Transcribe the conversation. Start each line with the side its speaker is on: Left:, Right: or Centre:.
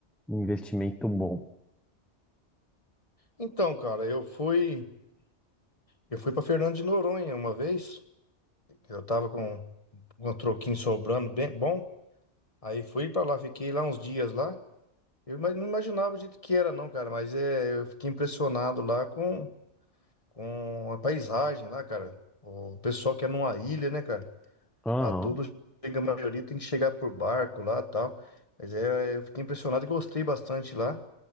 Centre: investimento bom.
Left: Então, cara, eu fui, eu fui para Fernando de Noronha uma vez. Eu tava com com um troquinho sobrando bem bom. Aí fui para lá, fiquei lá uns dias lá. Eu ima- não imaginava o jeito que era, não, cara, mas é, eu fiquei impressionado lá com, com a paisagem lá, cara. O pessoal que é numa ilha, né, cara?
Centre: Aham.
Left: Lá tudo chega, a maioria tem que chegar por barco lá, e tal. Mas é, eu fiquei impressionado e gostei bastante lá,